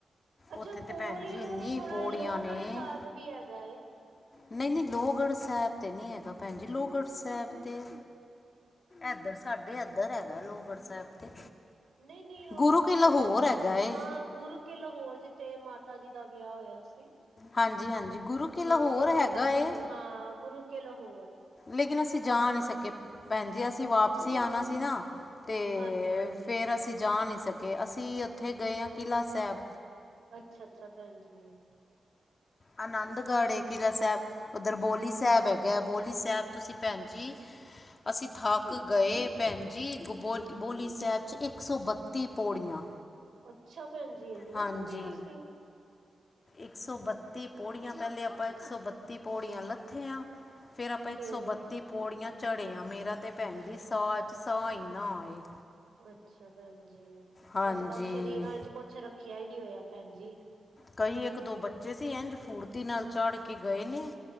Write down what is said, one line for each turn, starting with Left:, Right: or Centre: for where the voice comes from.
Right: ਅੱਛਾ
Left: ਉੱਥੇ ਤੇ
Right: ਕੋਲ
Left: ਭੈਣ ਜੀ
Right: ਹੀ ਓਹਰੇ
Left: ਇੰਨੀ
Right: ਥੋੜਾ
Left: ਪੌੜੀਆਂ
Right: ਲੋਹਗੜ੍ਹ
Left: ਨੇ
Right: ਸਾਹਿਬ ਵੀ ਹੈਗਾ।
Left: ਨਹੀਂ ਨਹੀਂ ਲੋਹਗੜ੍ਹ ਸਾਹਿਬ 'ਤੇ ਨਹੀਂ ਹੈਗਾ ਭੈਣ ਜੀ, ਲੋਹਗੜ੍ਹ ਸਾਹਿਬ 'ਤੇ ਇਧਰ ਸਾਡੇ ਇਧਰ ਹੈਗਾ ਲੋਗੜ੍ਹ ਸਾਹਿਬ ਤੇ।
Right: ਨਹੀਂ ਨਹੀਂ ਉਹ
Left: ਗੁਰੂ
Right: ਕੀ
Left: ਲਾਹੌਰ
Right: ਕਹਿੰਦੇ ਨੇ,
Left: ਹੈਗਾ ਏ
Right: ਹਾਂ ਗੁਰੂ ਕਿ ਲਾਹੌਰ ਜਿੱਥੇ ਮਾਤਾ ਜੀ ਦਾ ਵਿਆਹ ਹੋਇਆ ਸੀ।
Left: ਹਾਂਜੀ -ਹਾਂਜੀ ਗੁਰੂ ਕਿਲ੍ਹ
Right: ਹਾਂ
Left: ਹੋਰ
Right: ਗੁਰੂ ਗੋਬਿੰਦ
Left: ਹੈਗਾ
Right: ਸਿੰਘ
Left: ਏ।
Right: ਜੀ ਹਾਂ, ਗੁਰੂ ਕੇਲਹੋਰ।
Left: ਲੇਕਿਨ ਅਸੀਂ ਜਾ ਨਹੀਂ ਸਕੇ ਭੈਣ ਜੀ, ਅਸੀਂ ਵਾਪਸੀ ਆਉਣਾ ਸੀ ਨਾ। ਅਤੇ
Right: ਹਾਂਜੀ-ਹਾਂਜੀ,
Left: ਫਿਰ ਅਸੀਂ ਜਾ ਨਹੀਂ ਸਕੇ ਅਸੀਂ ਉੱਥੇ ਗਏ ਹਾਂ ਕਿਲ੍ਹਾ ਸਾਹਿਬ।
Right: ਅੱਛਾ -ਅੱਛਾ ਭੈਣ ਜੀ।
Left: ਆਨੰਦਗੜ੍ਹ ਹੈ ਕਿਲ੍ਹਾ ਸਾਹਿਬ ਉੱਧਰ, ਬੋਲੀ ਸਾਹਿਬ ਹੈਗਾ
Right: ਅੱਛਾ-ਅੱਛਾ,
Left: ਬੋਲੀ ਸਾਹਿਬ ਤੁਸੀਂ। ਭੈਣਜੀ। ਅਸੀਂ ਥੱਕ ਗਏ ਭੈਣ ਜੀ ਗ ਬੋ ਬੋਲੀ ਸਾਹਿਬ 'ਚ ਇੱਕ ਸੌ ਬੱਤੀ ਪੌੜੀਆਂ।
Right: ਅੱਛਾ ਭੈਣ ਜੀ ਇੰਨੀਆਂ
Left: ਹਾਂਜੀ
Right: ਪੌੜੀਆਂ ਸੀ।
Left: ਇੱਕ ਸੌ ਬੱਤੀ ਪੌੜੀਆਂ ਪਹਿਲੇ ਆਪਾਂ ਇੱਕ ਸੌ ਬੱਤੀ ਪੌੜੀਆਂ ਲੱਥੇ ਹਾਂ। ਫਿਰ ਆਪਾਂ ਇੱਕ
Right: ਫੇਰ
Left: ਸੌ ਬੱਤੀ ਪੌੜੀਆਂ ਚੜ੍ਹੇ ਆਂ ਮੇਰਾ ਤਾਂ ਭੈਣ
Right: ਅੱਛਾ-ਅੱਛਾ,
Left: ਜੀ
Right: ਅੱਛਾ
Left: ਸਾਹ 'ਚ ਸਾਹ ਹੀ ਨਾ ਆਏ।
Right: ਅੱਛਾ ਭੈਣ ਜੀ,
Left: ਹਾਂਜੀ
Right: ਅੱਜ ਕੱਲ ਸਰੀਰਾਂ ਚ ਕੁਛ ਰੱਖਿਆ ਹੀ ਨਹੀ ਹੋਇਆ ਭੈਣ ਜੀ।
Left: ਕਈ ਇੱਕ ਦੋ ਬੱਚੇ ਸੀ ਇੰਝ ਫੂਰਤੀ ਨਾਲ ਚੜ੍ਹ ਕੇ ਗਏ ਨੇ।